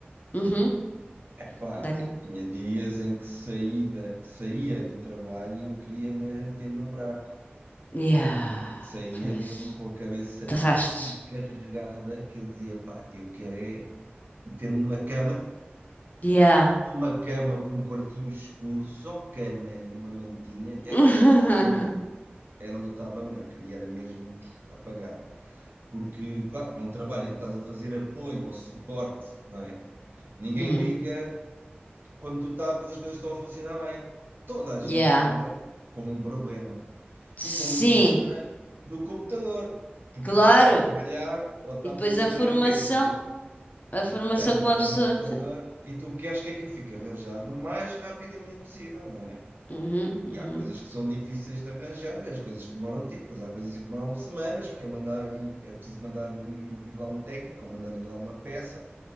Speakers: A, on the left; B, on the right.
A: Uhum.
B: Epá,
A: Dá cá.
B: eu tinha dias em que saída, saía do trabalho e eu queria me era meter num buraco,
A: Yeah,
B: porque saía
A: pois.
B: mesmo com a cabeça
A: De rastos.
B: tão carregada que eu dizia, pá, eu quero é meter-me numa cama,
A: Yeah.
B: e uma cama com um quartinho escuro, só cama e uma mantinha,
A: <laughs>
B: era onde eu estava melhor, era onde eu estava melhor, queria era mesmo apagar. Porque, claro, num trabalho em que estás a fazer apoio ou suporte, não é? Ninguém
A: Uhum.
B: liga quando, tu tá, quando as coisas estão a funcionar bem. Toda a gente
A: Yeah.
B: liga com um problema.
A: Sim,
B: E com um problema no computador. Porque
A: claro.
B: a pessoa está a trabalhar ou está
A: E depois
B: a fazer. E
A: a
B: de
A: formação,
B: repente, tipo,
A: a
B: tu
A: formação
B: tens um
A: que uma
B: problema
A: pessoa
B: no computador
A: tem.
B: e tu queres que aquilo fique arranjado o mais rapidamente possível, não é?
A: Uhum, uhum.
B: E há coisas que são difíceis de arranjar, as coisas que demoram tempo, mas há coisas que demoram semanas, porque é mandar ir, é preciso mandar ir, ir lá um técnico, ou mandar ir lá uma peça.